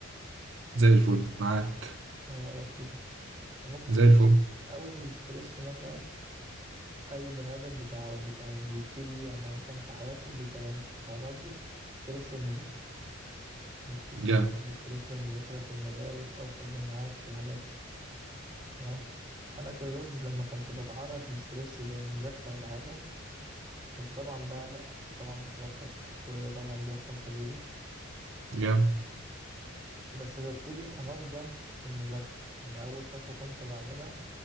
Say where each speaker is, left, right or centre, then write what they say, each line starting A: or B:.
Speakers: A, on the right; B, on the right.
A: زي الفل معاك
B: ايه رأيك كده احنا ممكن
A: زي
B: نقول
A: الفل
B: أول ستريس مثلا أي بني آدم بتاع بتاع بيبتدي عامة في حياته بيتغر- بيتعرض له ستريس المذاكرة بيبتدي
A: جامد
B: مثلا بستريس المذاكرة في المدارس أو في الجامعات في الحاجات دي تمام انا كجورج لما كنت بتعرض لستريس زي المذاكره ولا حاجه كنت طبعا بقلق كنت طبعا بتوتر كل ده طبعا بيحصل طبيعي
A: جامد
B: بس بس ببتدي انظم المذاكره يعني اول خطوه كنت بعملها